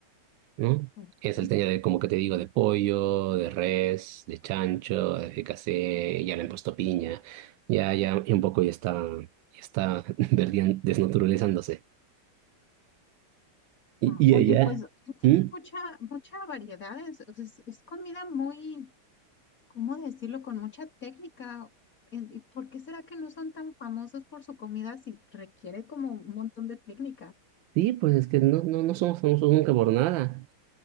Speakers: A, on the right; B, on the left.
A: ¿no?
B: ok.
A: Es salteña de, como que te digo, de pollo, de res, de chancho, de fricasé, ya le han puesto piña, ya, ya, y un poco ya está, ya está <laughs> verdian- desnaturalizándose. Y,
B: Ah, Oye,
A: y allá,
B: pues tiene
A: ¿Mm?
B: mucha, mucha variedad, es, o sea, es- es comida muy, ¿cómo decirlo? Con mucha técnica. En- ¿y ¿Por qué será que no son tan famosos por su comida si requiere como un montón de técnica?
A: Sí, pues es que no, no, no somos famosos nunca por nada.